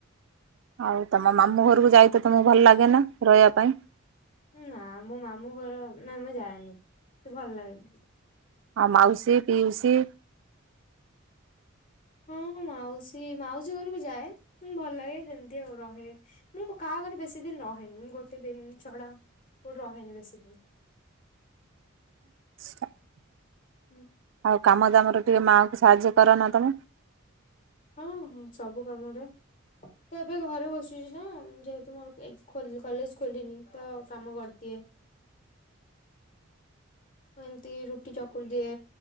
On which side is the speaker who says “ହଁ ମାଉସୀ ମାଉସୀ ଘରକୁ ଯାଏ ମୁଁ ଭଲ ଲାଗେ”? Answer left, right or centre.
Left